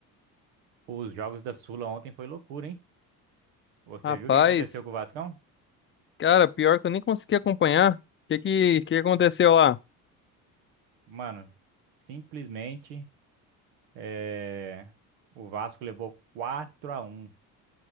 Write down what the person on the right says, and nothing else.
os jogos da Sula ontem foi loucura, hein? Você
viu o que aconteceu com o Vascão?
Mano, simplesmente é, o Vasco levou quatro a um